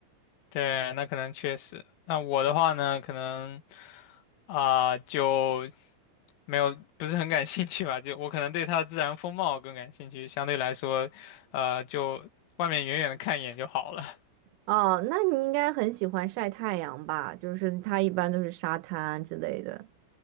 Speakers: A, on the left; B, on the right.
A: 对，那可能确实。那我的话呢，可能啊、就没有不是很感兴趣吧，就我可能对它的自然风貌更感兴趣，相对来说，呃，就外面远远的看一眼就好了。
B: 哦，那你应该很喜欢晒太阳吧？就是它一般都是沙滩之类的。